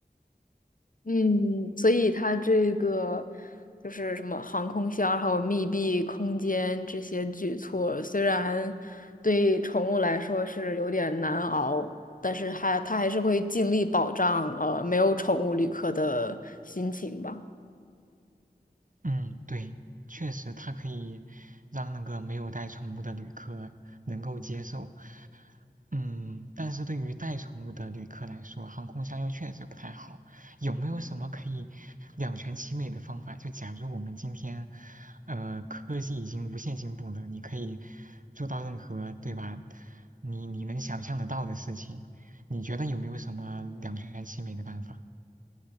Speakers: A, on the left; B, on the right.
A: 嗯，所以它这个就是什么航空箱，还有密闭空间这些举措，虽然对宠物来说是有点难熬，但是还它还是会尽力保障呃没有宠物旅客的心情吧。
B: 嗯，对，确实它可以让那个没有带宠物的旅客能够接受，嗯，但是对于带宠物的旅客来说，航空箱又确实不太好。有没有什么可以两全其美的方法？就假如我们今天，呃，科技已经无限进步了，你可以做到任何，对吧？你你能想象得到的事情，你觉得有没有什么两全其美的办法？